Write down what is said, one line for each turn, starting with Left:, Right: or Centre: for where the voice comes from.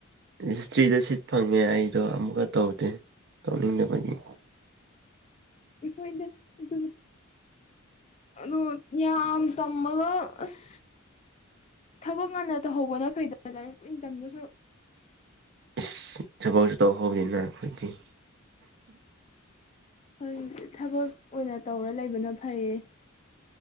Right: ꯍꯤꯁꯇ꯭ꯔꯤꯗ ꯐꯪꯉꯦ ꯑꯩꯗꯣ ꯑꯃꯨꯛꯀ ꯇꯧꯗꯦ ꯇꯧꯅꯤꯡꯗꯕꯒꯤ
Left: <unintelligible> ꯑꯗꯨ ꯌꯥꯝ ꯇꯝꯃꯒ ꯑꯁ ꯊꯕꯛ ꯉꯟꯅ ꯇꯧꯍꯧꯕꯅ ꯐꯩꯗ ꯂꯥꯏꯔꯤꯛ ꯀꯨꯏꯅ ꯇꯝꯗꯨꯏ ꯁꯔꯨꯛ ꯫
Right: ꯏꯁ ꯊꯕꯛꯁꯨ ꯇꯧꯍꯧꯕꯅꯤꯅ ꯑꯩꯈꯣꯏꯒꯤ
Left: ꯍꯧꯖꯤꯛꯇꯤ ꯊꯕꯛ ꯑꯣꯏꯅ ꯇꯧꯔ ꯂꯩꯕꯅ ꯐꯩꯌꯦ